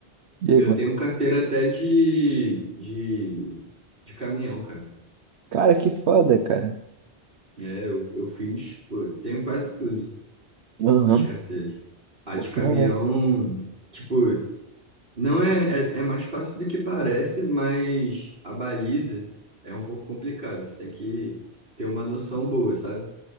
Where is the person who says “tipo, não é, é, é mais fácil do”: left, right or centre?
Right